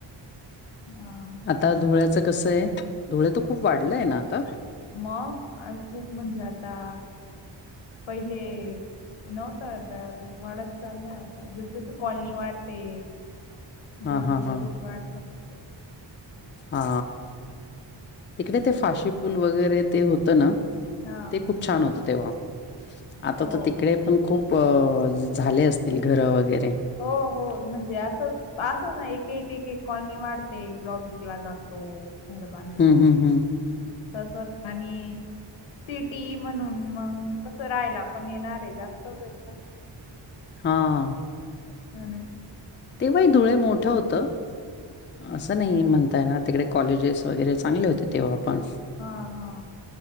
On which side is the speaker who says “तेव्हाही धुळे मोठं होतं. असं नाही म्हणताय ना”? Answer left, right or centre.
Left